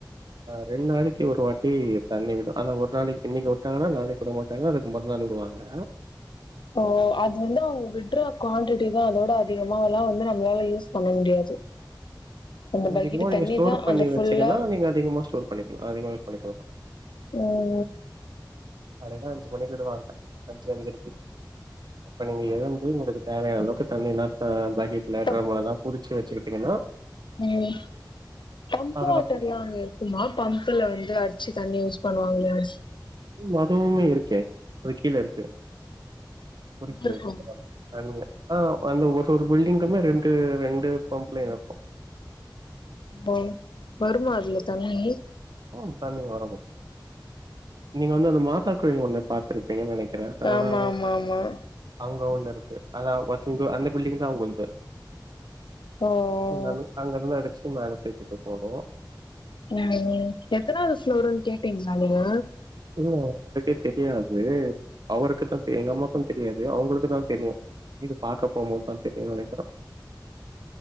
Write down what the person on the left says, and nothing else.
ஓ அது வந்து அவுங் விட்றப் குவான்டிட்டிதா அதோட அதிகமாலா வந்து நம்ளால யூஸ் பண்ண முடியாது அந்த
பக்கெட்டு
தண்ணி
தா
அந்த ஃபுல்லா
ம்
இப்ப
ம் பம்ப்
வாட்டர்ல்லா அங்க இருக்குமா பம்ப்புல வந்து அடிச்சு தண்ணி யூஸ் பண்ணுவாங்ளேச்
இருக்கு
ஓ வருமா அதுல
தண்ணி
ஆமா ஆமா ஆமா
அ அ
ம் ம் எத்தனாது ஃப்ளோருன் கேட்டீங்ளா நீங்க